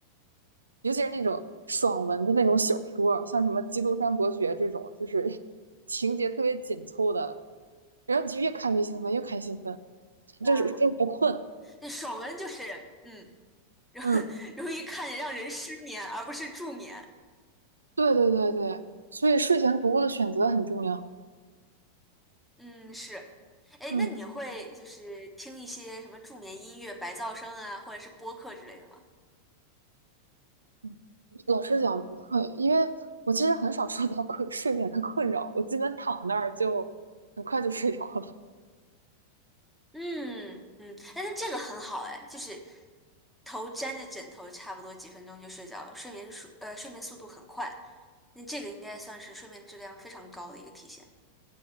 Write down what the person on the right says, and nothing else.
尤其是那种爽文的那种小说像什么《基督山伯爵》这种，就是 <laughs> 情节特别紧凑的，然后你就越看越兴奋，越看越兴奋，
就是就不困。
嗯，
对对对对，所以睡前读物的选择很重要。
嗯。
嗯老实讲不会，因为我其实很少受到困 <laughs> 睡眠的困扰，我基本躺那儿就很快就睡着了。